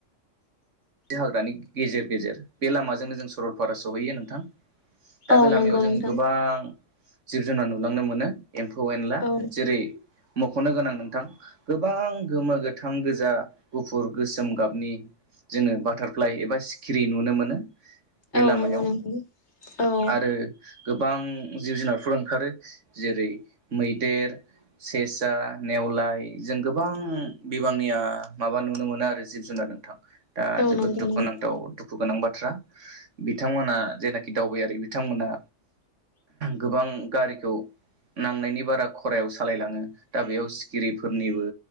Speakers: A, on the right (about 75°); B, on the left (about 60°).
A: बे हाग्रानि गेजेर गेजेर बे लामाजोंनो जों सरलपारा सहैयो नोंथां। दा
B: औ
A: बे लामायाव
B: नंगौ
A: जों
B: नोंथां
A: गोबां जिब जुनार नुलांनो मोनो एम्फौ एनला
B: औ
A: जेरै मख'नो गोनां नोंथां गोबां गोमो, गोथां, गोजा, गुफुर, गोसोम गाबनि जोङो बाटारफ्लाइ एबा सिखिरि नुनो मोनो। बे
B: औ
A: लामायाव
B: नंगौ नोंथां औ
A: आरो गोबां जिब जुनारफोर ओंखारो जेरै मैदेर, सेसा, नेवलाय जों गोबां बिबांनिया माबा नुनो मोनो आरो जिब जुनार नोंथां। दा
B: औ
A: जोबोद
B: नंगौ
A: दुखुनांथाव
B: नोंथां
A: दुखु गोनां बाथ्रा। बिथांमोना जेनाखि दावबायारि बिथांमोना गोबां गारिखौ नांनायनि बारा खरायाव सालायलाङो दा बेयाव सिखिरिफोरनिबो